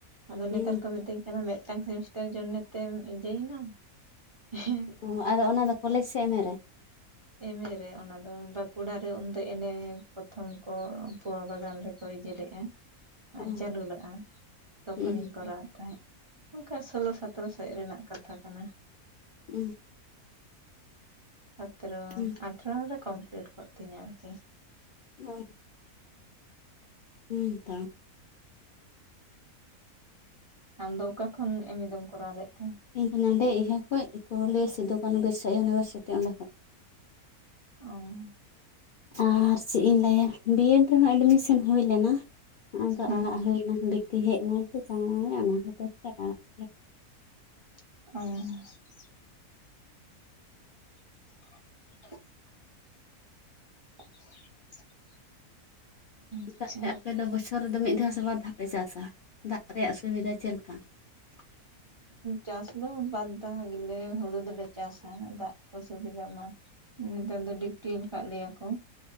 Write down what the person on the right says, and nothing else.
ᱟᱫᱚ ᱱᱮᱛᱟᱨ
ᱠᱚ ᱢᱤᱛᱟᱹᱧ ᱢᱤᱫ ᱴᱟᱝ ᱥᱮᱢᱤᱥᱴᱟᱨ ᱡᱚᱱᱮ ᱛᱮᱢ ᱤᱡᱤᱭᱮᱱᱟᱢ ᱦᱮᱸ
ᱮᱢᱮ ᱨᱮ ᱚᱱᱟ ᱫᱚ ᱵᱟᱸᱠᱩᱲᱟ ᱨᱮ ᱩᱱᱫᱚ ᱮᱱᱮ ᱯᱨᱚᱛᱷᱚᱢ ᱠᱚ ᱯᱚᱣᱟ ᱵᱟᱜᱟᱱ ᱨᱮᱠᱚ ᱤᱫᱤ ᱞᱮᱜᱼᱟ᱾
ᱪᱟᱹᱞᱩ ᱞᱮᱼᱟ ᱛᱚᱠᱷᱚᱱᱤᱧ
ᱠᱚᱨᱟᱣᱮᱫ ᱛᱟᱦᱮᱸᱫ᱾ ᱚᱱᱠᱟ ᱥᱳᱞᱳ ᱥᱟᱛᱨᱚ ᱥᱮᱫ ᱨᱮᱱᱟᱜ ᱠᱟᱛᱷᱟ ᱠᱟᱱᱟ᱾
ᱥᱟᱛᱨᱚ
ᱟᱴᱷᱨᱚ ᱨᱮ ᱠᱚᱢᱯᱞᱤᱴ ᱠᱚᱜ ᱛᱤᱧᱟ ᱟᱨᱠᱤ
ᱟᱢᱫᱚ ᱚᱠᱟ ᱠᱷᱚᱱ ᱮᱢᱮ ᱫᱚᱢ ᱠᱚᱨᱟᱣ ᱞᱮᱫ ᱛᱟᱦᱮᱸ
ᱚᱸ
ᱦᱮᱸ
ᱩᱸ <inaudible> <inaudible> ᱟᱪᱪᱷᱟ
ᱪᱟᱥ ᱫᱚ ᱵᱟᱨ ᱫᱷᱟᱣ ᱜᱮᱞᱮ ᱦᱩᱲᱩ ᱫᱚᱞᱮ ᱪᱟᱥᱟ ᱫᱟᱜᱽ ᱠᱚ ᱥᱩᱵᱤᱫᱷᱟᱜ ᱢᱟ ᱱᱮᱛᱟᱨ ᱫᱚ ᱰᱤᱯᱴᱤᱭᱮᱞ ᱟᱠᱟᱫ ᱞᱮᱭᱟ ᱠᱚ